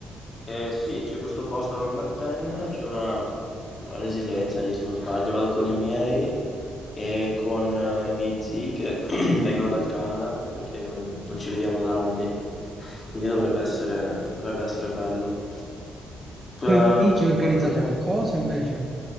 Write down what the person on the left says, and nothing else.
Eh, sì, c'è questo posto a Rock Martin, c'è una, una residenza lì se non sbaglio, vado con i miei e con eh, i miei zii che <clears throat> vengono dal Canada perché non, non ci vediamo da anni, quindi dovrebbe essere, dovrebbe essere bello. Eh,
poi con gli amici,